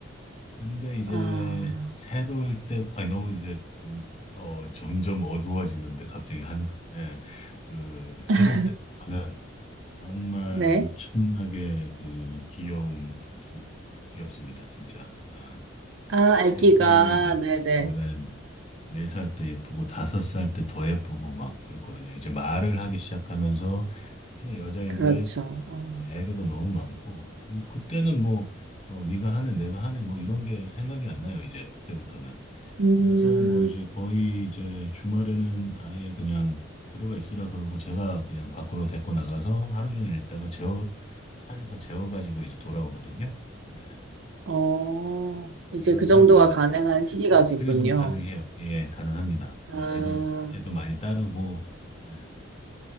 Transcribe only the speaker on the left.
근데 이제
새돌 때, 아니, 너무 이제 좀, 어, 점점 어두워지는데 갑자기 한, 예, 그 새돌
때보다는 정말
엄청나게 그 귀여움, 귀, 귀엽습니다. 진짜. 아,
새돌
예쁘고,
네. 네 살 때 예쁘고 다섯 살 때 더 예쁘고 막 그렇거든요. 이제 말을 하기 시작하면서 특히나 여자인데
어, 애교도 너무 많고 그 그때는 뭐 어, 네가 하는 내가 하는 뭐 이런 게 생각이 안 나요. 이제 그때부터는.
그래서 뭐 이제 거의 이제 주말에는 아예 그냥 들어가 있으라 그러고 제가 그냥 밖으로 데리고 나가서 하루 종일 있다가 재워 차에서 재워 가지고 이제 돌아오거든요. 네.
그러면서
이제
음,
근육 좀 가능해요. 예, 가능합니다. 뭐
애들, 애도 많이 따르고, 예,